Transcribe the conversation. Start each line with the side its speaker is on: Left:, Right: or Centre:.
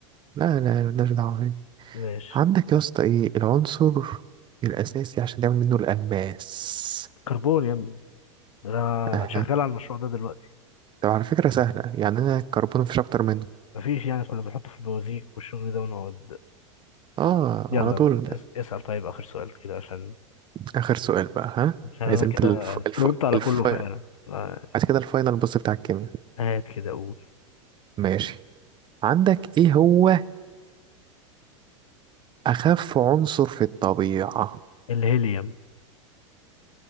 Right: لا لا مالناش دعوة بيه
Left: ماشي
Right: عندك يا اسطى ايه العنصر الاساسي عشان تعمل منه الالماس
Left: كربون يا ابني ده
Right: اها
Left: أنا شغال على المشروع ده دلوقتي
Right: طب على فكرة سهلة يعني انا الكربون مفيش اكتر منه
Left: مفيش يعني كنا بنحطه في البوازيك والشغل ده ونقعد
Right: اه
Left: يلا
Right: على طول
Left: يلا اس- اسأل طيب آخر سؤال كده عشان
Right: اخر سؤال بقى ها
Left: عشان أنا
Right: عايز انت
Left: كده
Right: الف... الف...
Left: جاوبت على
Right: الف...
Left: كله فعلا آه،
Right: عايز كده الفاينل بص بتاع الكيمياء
Left: هات كده أقول
Right: ماشي عندك ايه هو أخف عنصر في الطبيعة
Left: الهيليوم